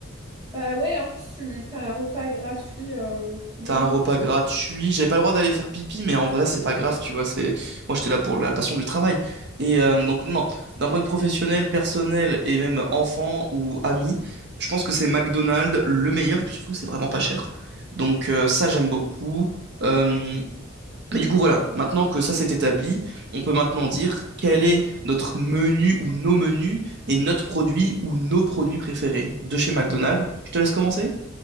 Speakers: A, on the right; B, on the right.
A: Bah ouais, en plus tu t'as un repas gratuit euh, tous les
B: T'as
A: jours.
B: un repas gratuit. J'avais pas le droit d'aller faire pipi, mais en vrai, c'est pas grave, tu vois. C'est moi, j'étais là pour la passion du travail. Et euh, donc non, d'un point de vue professionnel, personnel et même enfant ou ami, je pense que c'est McDonald's le meilleur. Et puis surtout, c'est vraiment pas cher. Donc euh, ça, j'aime beaucoup. Euh, Mais du coup, voilà. Maintenant que ça s'est établi, on peut maintenant dire quel est notre menu ou nos menus et notre produit ou nos produits préférés de chez McDonald's. Je te laisse commencer?